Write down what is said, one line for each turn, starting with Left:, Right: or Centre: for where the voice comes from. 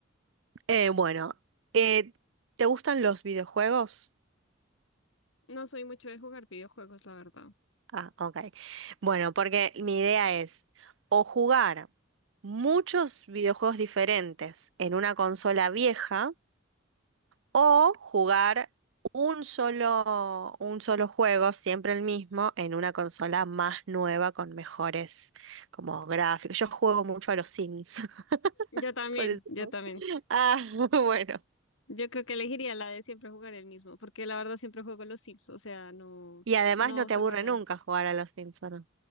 Right: Eh, bueno, eh, ¿te gustan los videojuegos?
Left: No soy mucho de jugar videojuegos, la verdad.
Right: Ah, ok. Bueno, porque mi idea es o jugar muchos videojuegos diferentes en una consola vieja O jugar un solo, un solo juego, siempre el mismo, en una consola más nueva con mejores como gráficos. Yo juego mucho a los Sims, <laughs>
Left: Yo también,
Right: por eso.
Left: yo también.
Right: Ah, <laughs> bueno.
Left: Yo creo que elegiría la de siempre jugar el mismo, porque la verdad siempre juego los Sims, o sea, no,
Right: Y además
Left: no
Right: no te
Left: soy
Right: aburre
Left: variada.
Right: nunca jugar a los Sims, ¿o no?